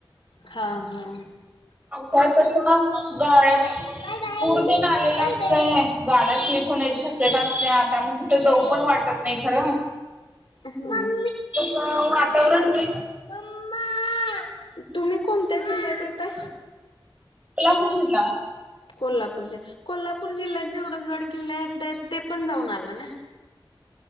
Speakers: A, on the left; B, on the right.
A: हा हा
B: तर तस ना गळ्यात
A: बाय बाय
B: पूरते ना आलेला
A: बाय
B: असत
A: बाय
B: आहे गाड्या स्लीप होण्याची शक्यता असत्या त्यामु तर
A: बाय
B: जाऊ
A: बाय.
B: पण वाटत नाही खरस
A: हम्म
B: वातावरण र
A: म्मा तुम्ही कोणत्या जिल्ह्यात येतय
B: तुला करल ना
A: कोल्हापूरच्या कोल्हापूर जिल्ह्यात जेवढं गड किल्ले येत ते पण जाऊन आलं ना